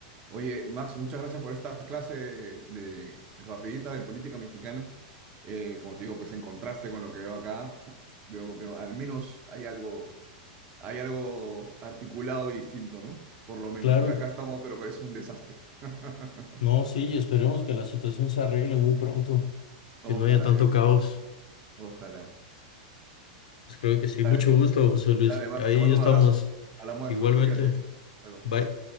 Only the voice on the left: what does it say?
Claro,
no, sí, esperemos que la situación se arregle muy pronto,
que no haya tanto
caos.
Pues creo que sí.
Mucho gusto, José Luis.
Ahí
estamos.
Igualmente.
Bye.